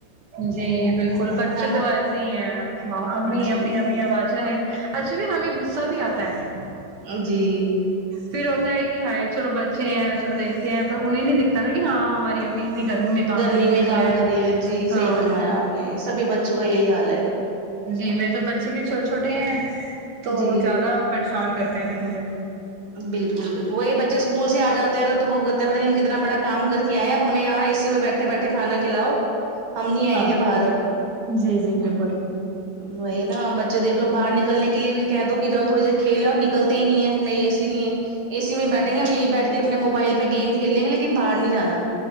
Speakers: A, on the right; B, on the right.
A: جی بالکل بچے
B: ہے نا
A: تو ایسے ہی ہیں امی
B: جی
A: امی امی آواز اچھا بھی ہمیں غصہ بھی آتا ہے
B: جی
A: پھر ہوتا ہے کی ہائے چلو بچے ہیں چلو دیکھتے ہیں پر انہیں نہیں دکھتا نا کی ہاں ہماری امی اتنی گرمی میں کام
B: گرمی
A: لگی
B: میں
A: ہوئی
B: کام کر رہی ہے جی
A: ہاں
B: صحیح فرمایا آپ نے سبھی بچوں کا یہی حال ہے
A: جی میرے تو بچے بھی چھوٹے چھوٹے ہیں تو
B: جی
A: زیادہ پریشان کرتے ہیں پھر مجھے
B: بالکل بالکل وہی بچے اسکول سے جاتے نا تو وہ کہتے پتہ نہیں ہم کتنا بڑا کام کر کے آئے ہیں اب ہم یہاں اے سی میں بیٹھے بیٹھے کانا کھلاؤ ہم نہیں آئیں
A: ہاں
B: گے باہر اب ہمم
A: جی جی بالکل
B: وہی نا بچے دیکھ لو باہر نکلنے کے لیے کہہ دو کی جاؤ تھوڑی دیر کھیل ہے اور نکلتے ہی نہیں ہے نہیں اے سی نہیں ہے اے سی میں بیٹھیں گے ہم یہیں بیٹھ کے اپنے موبائل پے گیم کھیل لیں گے لیکن باہر نہیں جانا